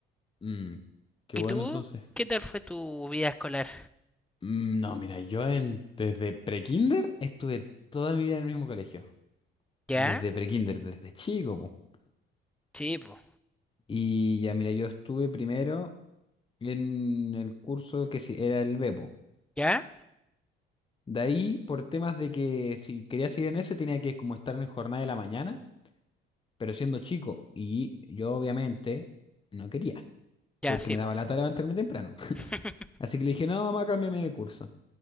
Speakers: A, on the left; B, in the centre.
A: Mm, qué
B: ¿Y
A: bueno
B: tú?
A: entonces.
B: ¿Qué tal fue tu vida escolar?
A: Mm, no, mira, yo en- desde prekinder estuve toda mi vida en el mismo colegio.
B: ¿Ya?
A: Desde prekinder, desde chico. po.
B: Sí, po.
A: Y ya, mira, yo estuve primero en el curso que se- era el Bepo.
B: ¿Ya?
A: De ahí, por temas de que si quería seguir en ese, tenía que como estar en jornada de la mañana, pero siendo chico. Y yo obviamente no quería,
B: Ya,
A: porque
B: sí,
A: me
B: po.
A: daba lata levantarme temprano.
B: <laughs>
A: Así que le dije, no, mamá, cámbiame de curso.